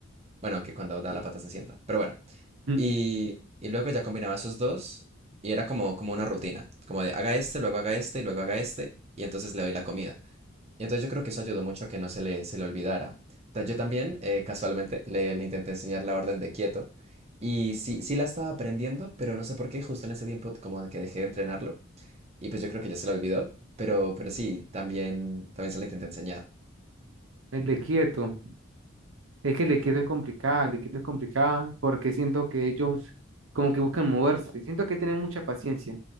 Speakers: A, on the right; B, on the right.
A: Bueno, que cuando da la pata se sienta, pero bueno.
B: Mm.
A: Y, y luego ya combinaba esos dos y era como, como una rutina, como de haga este, luego haga este y luego haga este y entonces le doy la comida. Y entonces yo creo que eso ayudó mucho a que no se le, se le olvidara. Ta- Yo también, eh, casualmente, le, le intenté enseñar la orden de quieto. Y sí, sí la estaba aprendiendo, pero no sé por qué, justo en ese tiempo como que dejé de entrenarlo. Y pues yo creo que ya se la olvidó. Pero, pero sí, también, también se la intenté enseñar.
B: El de quieto. Es que el equipo es complicado, el equipo es complicado porque siento que ellos como que buscan moverse. Siento que tienen mucha paciencia,